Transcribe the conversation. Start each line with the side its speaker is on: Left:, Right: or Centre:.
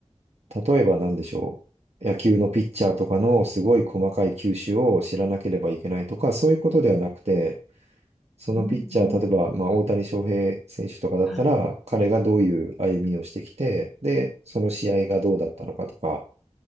Right: 例えば何でしょう。野球のピッチャーとかのすごい細かい球種を知らなければいけないとか、そういうことではなくて、そのピッチャー、
Centre: うん、うん。
Right: 例えば、まあ、大谷翔平選手とかだったら、
Centre: は
Right: 彼がどういう歩みをしてきて、で、その試合がどうだったのかとか、